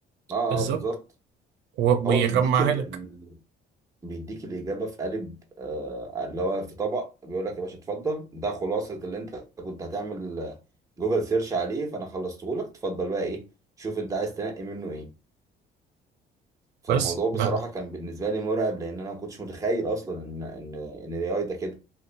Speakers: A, on the right (about 20°); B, on the right (about 75°).
A: اه
B: بالظبط
A: اه بالظبط
B: و-
A: هو
B: ويجمعها
A: بيديك ال...
B: لك
A: ال... بيديك الإجابة في قالب آه اللي هو في طبق بيقول لك يا باشا اتفضل ده خلاصة اللي انت كنت هتعمل جوجل سيرش عليه فانا خلصته لك اتفضل بقى ايه شوف انت عايز تنقي منه ايه فالموضوع
B: بس
A: بصراحة
B: ما
A: كان بالنسبة لي مرعب لأن أنا ما كنتش متخيل أصلا إن إن إن ال AI ده كده